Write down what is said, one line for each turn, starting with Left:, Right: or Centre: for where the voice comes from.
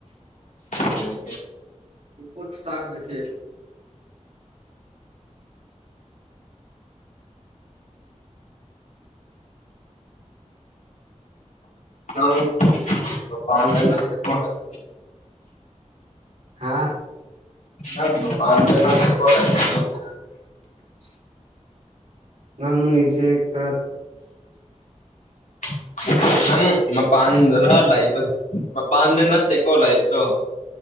Left: ꯎꯝ
Right: ꯔꯤꯄꯣꯠ ꯁ ꯇꯥꯛ꯭ꯔꯔꯤꯁꯤ
Left: <unintelligible>
Right: ꯍꯥꯥ
Left: ꯅꯪ ꯃꯄꯟꯗ ꯅꯠꯇꯦꯕ ꯂꯩꯗꯣ
Right: <inaudible> ꯅꯪꯉꯁꯦ ꯈꯔ
Left: <inaudible> ꯅꯪ ꯃꯄꯥꯟꯗꯔ ꯂꯩꯕ ꯃꯄꯥꯟꯗ ꯅꯠꯇꯦꯀꯣ ꯂꯩꯕꯗꯣ